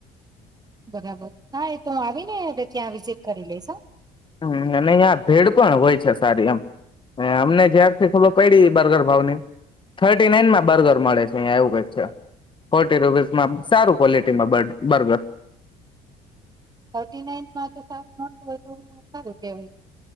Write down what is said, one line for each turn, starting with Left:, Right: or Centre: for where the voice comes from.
Right: બરાબર હા એ તો હ આવીને ત્યાં વિઝિટ કરી લઈેશ હ
Left: હમ અને અહીં ભેડ પણ હોય છે સારી એમ અમને જ્યારથી ખબર પડી બર્ગર ભાવની થર્ટી નાઈનમાં બર્ગર મળે છે અહિયાં એવું ક છે ફોર્ટી રૂપીસમાં સારું ક્વોલિટીમાં બ બર્ગર
Right: થર્ટી નાઈનમાં તો સારું નતું હોય તો સારું કેવાય